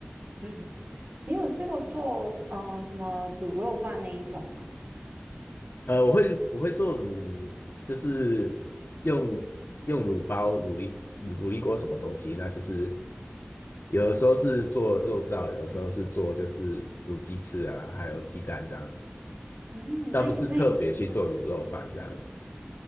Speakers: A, on the right (about 55°); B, on the left (about 65°).
A: 嗯，<laughs> 你有试过做嗯、呃、什么卤肉饭那一种吗？
B: 呃，我会我会做卤，就是用用卤包卤一卤一锅什么东西，那就是有的时候是做肉燥，有的时候是做就是卤鸡翅啊，还有鸡蛋这样子，
A: 嗯，
B: 倒不是特别去做卤肉饭这样。
A: 那也那也嗯，